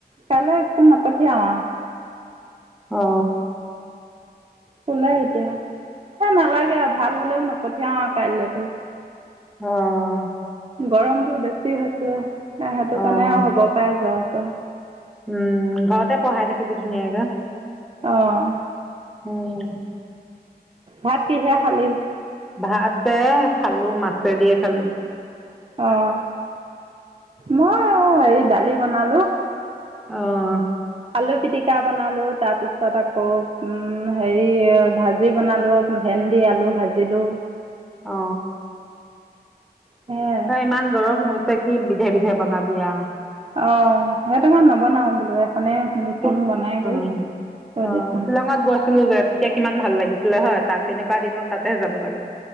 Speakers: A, on the right; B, in the centre.
A: কাইলে স্কুল নপঠিয়াও আৰু।
B: অ।
A: শুলে এতিয়া। এ নালাগে আৰু ভাল হলেও নপ নপঠিয়াও কাইলেতো।
B: অহ।
A: গৰমতো বেছি হৈছে, সেইটো
B: অ',
A: কাৰণে হ'ব পাৰে জ্বৰ। <unintelligible>
B: উম। ঘৰতে পঢ়াই থাকিবি ধুনীয়াকে
A: অহ,
B: উম।
A: ভাত কিহেৰে খালি?
B: ভাত এ খালো, মাছেদিয়ে খালোঁ।
A: অ', মই হেৰি দালি বনালো।
B: অ'হ
A: আলু পিটিকা বনালোঁ, তাৰপিছত আকৌ উম, হেৰি ভাজি বনালোঁ, ভেন্দি আলু ভাজিলোঁ।
B: অ।
A: সেয়াই
B: হয়, ইমান গৰম হৈ ছে কি বিধে-বিধে বনাবি আৰু।
A: অ সেইটোকাৰনে নবনাওঁ বোলো এখনেই দুখন
B: এই
A: বনাই
B: অ
A: কৰি থৈ
B: অ।
A: দিছোঁ।
B: শ্বিলঙত গৈছিলোঁ যে তে কিমান ভাল লাগিছিলে হয় তাত। এনেকুৱা দিনত তাতেহে যাব লাগে।